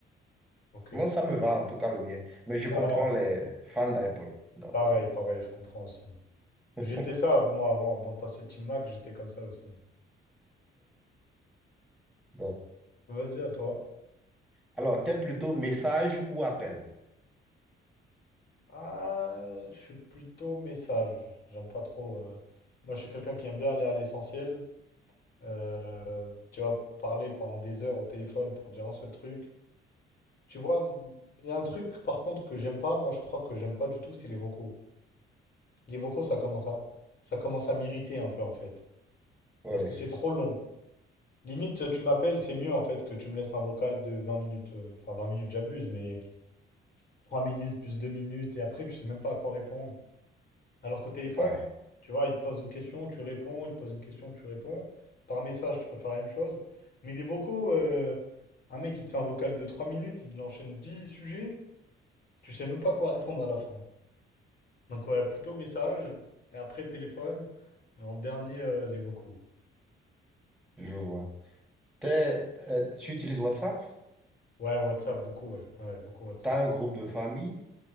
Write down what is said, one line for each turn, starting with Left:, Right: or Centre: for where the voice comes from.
Left: ok.
Centre: moi, ça me va, en tout cas, le mien. Mais je
Left: Ouais,
Centre: comprends les fans d'Apple. Donc,
Left: pareil,
Centre: donc,
Left: pareil, je comprends aussi.
Centre: <laughs>
Left: J'étais ça, moi, avant, avant de passer Team Mac, j'étais comme ça aussi.
Centre: donc.
Left: Vas-y, à toi.
Centre: Alors, t'es plutôt message ou appel? <laughs>
Left: Ah, je suis plutôt message. J'aime pas trop. euh, Moi, je suis quelqu'un qui aime bien aller à l'essentiel. Euh, tu vois, parler pendant des heures au téléphone pour dire un seul truc. Tu vois, m- il y a un truc par contre que j'aime pas, moi je crois que j'aime pas du tout, c'est les vocaux. Les vocaux, ça commence à, ça commence à m'irriter un peu en fait.
Centre: Oui,
Left: Parce que c'est trop long. Limite, tu m'appelles, c'est mieux en fait que tu me laisses un vocal de 20 minutes. euh, Enfin, 20 minutes, j'abuse, mais 3 minutes plus 2 minutes, et après, tu sais même pas à quoi répondre. Alors qu'au téléphone,
Centre: ouais,
Left: tu vois, il te pose une question, tu réponds, il te pose une question, tu réponds. Par message, tu peux faire la même chose. Mais des vocaux, euh, un mec qui te fait un vocal de 3 minutes, il enchaîne 10 sujets, tu sais même pas à quoi répondre à la fin. Donc ouais, plutôt message, et après téléphone, et en dernier, euh, les vocaux.
Centre: je vois. T'es- euh, tu utilises WhatsApp?
Left: Ouais, WhatsApp, beaucoup, ouais. Ouais, ouais, beaucoup WhatsApp.
Centre: T'as un groupe de famille?